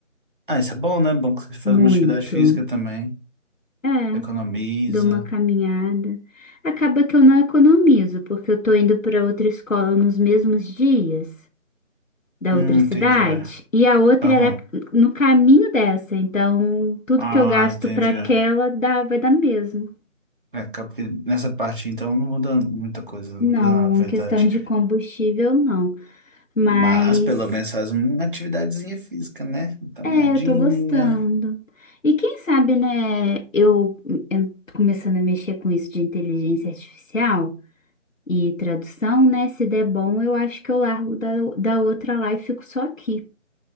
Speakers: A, on the right (about 40°); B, on the left (about 75°).
A: Ah, isso é bom, né? Bom que você faz
B: Muito.
A: uma atividade física também.
B: É,
A: Economiza.
B: dou uma caminhada. Acaba que eu não economizo, porque eu tô indo para outra escola nos mesmos dias. da
A: Hum,
B: outra
A: entendi.
B: cidade e a outra
A: Aham.
B: era no caminho dessa. Então, tudo
A: Ah,
B: que eu gasto
A: entendi.
B: para aquela dá, vai dar mesmo.
A: É, acaba que nessa parte, então, não muda muita coisa, não
B: Não,
A: muda nada, na verdade.
B: em questão de combustível, não. Mas
A: Mas, pelo menos, faz uma atividadezinha física, né? Uma Caminhadinha,
B: é, eu tô gostando. E quem sabe, né, eu, eu tô começando a mexer com isso de inteligência artificial e tradução, né? Se der bom, eu acho que eu largo da, da outra lá e fico só aqui.